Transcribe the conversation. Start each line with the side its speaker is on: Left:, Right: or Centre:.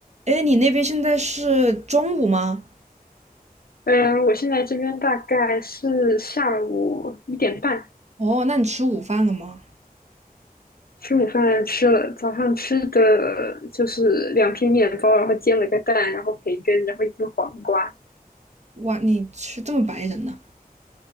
Right: 哎，你那边现在是中午吗？
Left: 嗯，我现在这边大概是下午一点半，
Right: 哦，那你吃午饭了吗？
Left: 吃午饭吃了，早上吃的就是两片面包，然后煎了个蛋，然后培根，然后一根黄瓜，
Right: 哇，你吃这么白人呢？